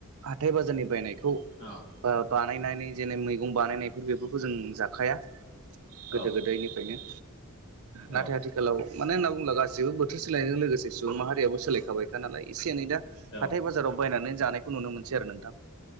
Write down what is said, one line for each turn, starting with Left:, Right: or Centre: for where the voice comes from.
Right: हाथाइ बाजारनि बायनायखौ
Left: औ।
Right: ओ बानायनानै जेनै मैगं बानायनायफोर बेफोरखौ जों जाखाया। गोदो
Left: औ
Right: गोदायनिफ्रायनो ओ नाथाय
Left: औ
Right: आथिखालाव मानो होनना बुंब्ला गासिबो। गासिबो बोथोर सोलायनायजों लोगोसे सुबुं माहारियाबो सोलायखाबायखा नालाय एसे एनै दा
Left: औ
Right: हाथाय बाजाराव बायनानै जानायखौ नुनो मोनसै आरो नोंथां